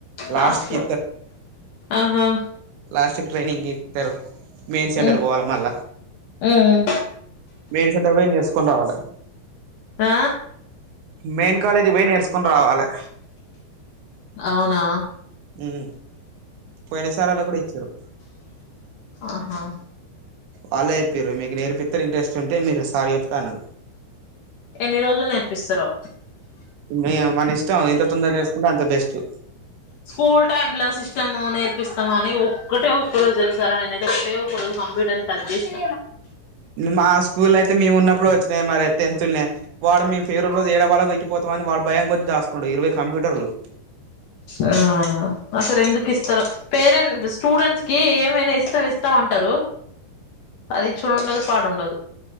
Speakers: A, on the right; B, on the left.
A: లాస్ట్
B: లాస్ట్లో
A: కి
B: ఆహా
A: లాస్టుక్ ట్రైనింగ్ ఇత్తరు మెయిన్ సెంటర్
B: ఉమ్.
A: పోవాల మళ్ళా
B: ఉమ్.
A: మెయిన్సెంటర్ బొయ్ నేర్స్కొన్ రావాల
B: ఆ
A: మెయిన్ కాలేజీ బొయ్ నేర్స్కొన్ రావాలే
B: ఔనా
A: ఉమ్ పోయినసార్ అలా గుడ ఇచ్చారు
B: ఆహా
A: వాళ్ళే ఎప్పిర్రు మీక్ నేర్పీత్తేర్ ఇంట్రెస్ట్ ఉంటే మీరు సార్ కెప్కో అన్నరు
B: ఎన్ని రోజుల్ నేర్పిస్తరో
A: మీయ్ మనిష్టం ఎంత తొందర్ జేస్కుంటే అంత బెస్టు
B: స్కూల్ టైమ్ లో సిస్టమూ నేర్పిస్తమని ఒక్కటే ఒక్క రోజు దెలుసారా నేన్ ఐతే ఒక్కటే ఒక రోజు కంప్యూటర్ టచ్ జేష్న
A: మా స్కూల్ ఐతే మేమున్నప్పుడు వచ్చినయ్ మరే టెన్త్ఉన్యా వాడు మీ ఫేవ్రల్లో ఏర బాళ్ళక్ బోతమని వాడ్ భయం కొద్ దాసుకుండు ఇరవై కంప్యూటర్లు
B: ఆఁ అసరెందుకిస్తరో పేరెంట్ స్టూడెంట్స్ కి ఏమైనా ఇస్తమ్ ఇస్తాం అంటరూ అదిచ్చో ఉండదు పాడుండదు